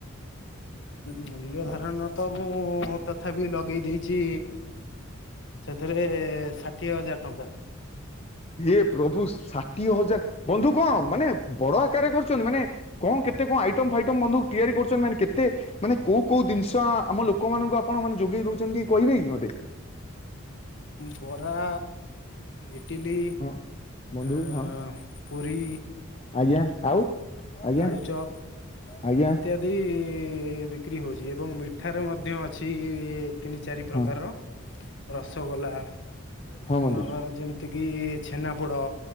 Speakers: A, on the left; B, on the left.
A: ମୂଲ୍ୟ
B: ମାନେ
A: ଧାରଣ ତ ମୁଁ ତ ତଥା ବି ଲଗେଇ ଦେଇଛି ସେଥିରେ ଷାଠିଏ ହଜାର ଟଙ୍କା।
B: ଇଏ ପ୍ରଭୁ ଷାଠିଏ ହଜାର ବନ୍ଧୁ କଣ ମାନେ ବଡ ଆକାରରେ କରୁଛନ୍ତି ମାନେ କଣ କେ କେତେ କଣ ଆଇଟମ ଫାଇଟମ ବନ୍ଧୁ ତିଆରି କରୁଛନ୍ତି ମାନେ କେତୋନେ କୋଉ କୋଉ ଜିନିଷ ଆମ ଲୋକମାନଙ୍କୁ ଆପଣ ଲଗେଇ ଦଉଛନ୍ତି କହିବେ କି ମତେ?
A: ବରା ଇଟିଲି
B: ହଁ ବନ୍ଧୁ
A: ଅ
B: ହଁ
A: ପୁରୀ
B: ଆଜ୍ଞା ଆଉ ଆଜ୍ଞା
A: ଆଳୁଚପ୍
B: ଆଜ୍ଞା
A: ଇତ୍ୟାଦି ବିକ୍ରି ହ ଏବଂ ମିଠାରେ ମଧ୍ୟ ଅଛି ତିନି ଚାରି ପ୍ରକାର
B: ହଁ
A: ରସଗୋଲା
B: ହଁ ବନ୍ଧୁ
A: ଅ ଯେମିତି କିି ଛେନାପୋଡ